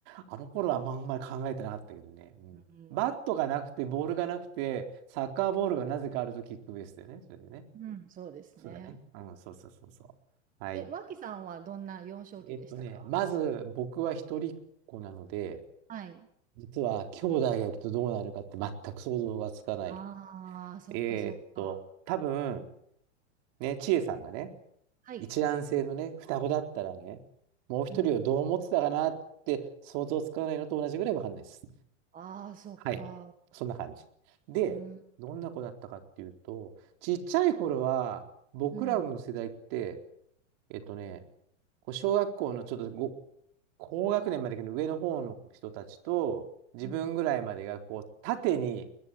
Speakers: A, on the right (about 50°); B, on the right (about 20°).
A: あの頃はあんまあんまり考えてなかったけどね。うん、
B: うん。
A: バットがなくて、ボールがなくて、サッカーボールがなぜかあるとキックベースだよね、それでね。
B: うん、そうですね。
A: そうだね。うん、そうそうそうそう。はい。
B: え、脇さんはどんな幼少期でしたか
A: えっとね、まず僕は一人っ子なので、
B: はい。
A: 実は兄弟がいるとどうなるかって全く想像がつかない。
B: ああ、そっかそっか。
A: えーっと、多分、ね、千恵さんがね、
B: はい。
A: 一卵性のね、双子だったらね、もう一人をどう思ってたかなって想像つかないのと同じぐらいわかんないです。
B: うん。ああ、そっか。
A: はい。そんな感じ。で、
B: うん、
A: どんな子だったかっていうと、ちっちゃい頃は、僕らの世代って、
B: うん、
A: えっとね、こう小学校のちょっとご高学年までの上の方の人たちと、自分ぐらいまでがこう縦に
B: うん、